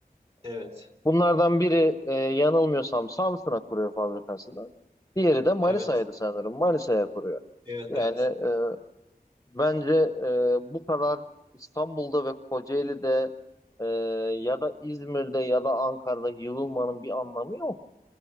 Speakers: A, on the right; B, on the left.
A: Evet,
B: Bunlardan biri e, yanılmıyorsam Samsun'a kuruyor fabrikasını. Diğeri de Manisa'ydı
A: evet,
B: sanırım. Manisa'ya kuruyor.
A: evet,
B: Yani
A: evet.
B: e, Bence e, bu kadar İstanbul'da ve Kocaeli'de e, ya da İzmir'de ya da Ankara'da yığılmanın bir anlamı yok.